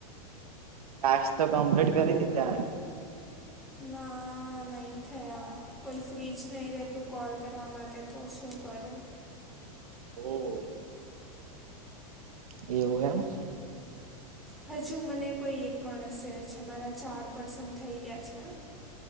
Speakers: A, on the right; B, in the centre.
A: ટાસ્ક તો કમ્પ્લીટ કરી દીધા
B: ના નહી થયા. કોઈ ફ્રીજ નહી રેતું કોલ કરવા માટે તો શું કરું
A: એવું એવું એમ
B: હજુ મને કોઈ એક માણસ છે, મારા ચાર પર્સન થઈ ગયા છે.